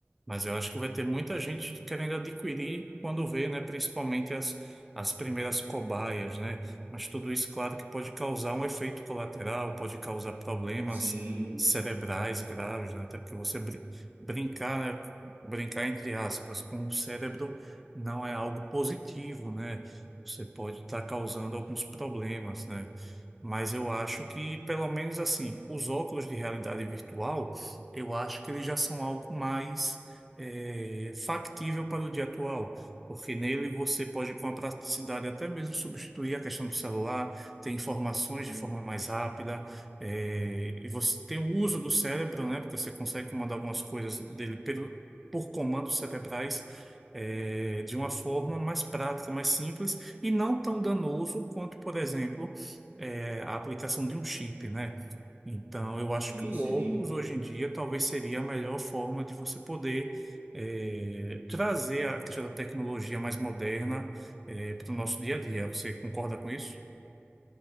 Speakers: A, in the centre; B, on the right (about 60°).
A: Mas eu acho que vai ter muita gente querendo adquirir quando vê, né, principalmente as, as primeiras cobaias, né? Mas tudo isso, claro, que pode causar um efeito colateral, pode causar problemas
B: Sim,
A: cerebrais graves, né? Até porque você brin- brincar, né, brincar entre aspas com o cérebro não é algo positivo, né? Você pode estar causando alguns problemas, né? Mas eu acho que, pelo menos assim, os óculos de realidade virtual, eu acho que eles já são algo mais é, factível para o dia atual, porque nele você pode, com a praticidade, até mesmo substituir a questão do celular, ter informações
B: sim,
A: de forma mais rápida, é, e você tem o uso do cérebro, né? Porque você consegue comandar algumas coisas
B: sim,
A: dele
B: sim,
A: pelo, por comandos cerebrais. é, de uma forma mais prática, mais simples e não tão danoso quanto, por exemplo, é, a aplicação de um chip, né? Então, eu acho
B: sim,
A: que o
B: sim.
A: óculos hoje em dia talvez seria a melhor forma de você poder eh, trazer a questão da tecnologia mais moderna, para o nosso dia a dia. Você concorda com isso?